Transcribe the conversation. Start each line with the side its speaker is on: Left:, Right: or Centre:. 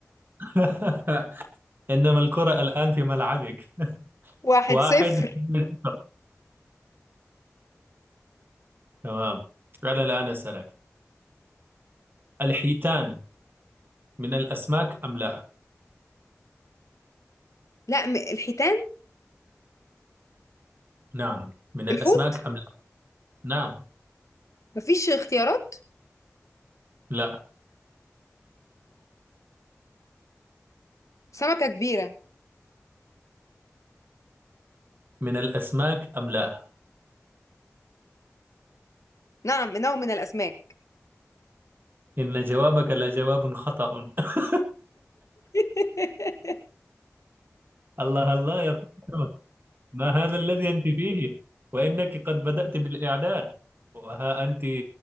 Right: <laughs> إنما الكرة الآن في ملعبك
Left: واحد
Right: واحد
Left: صفر
Right: صفر. تمام أنا الآن أسألك الحيتان من الأسماك أم لا؟
Left: لا م- الحيتان
Right: نعم من الأسماك
Left: الحوت
Right: أم لا؟ نعم
Left: مفيش اختيارات
Right: لا
Left: سمكة كبيرة
Right: من الأسماك أم لا؟
Left: نعم إنه من الأسماك
Right: إن جوابك لجواب خطأ <laughs>
Left: <laughs>
Right: الله الله يا فاطمة ما هذا الذي أنت فيه؟ وإنك قد بدأت بالإعداد وها أنت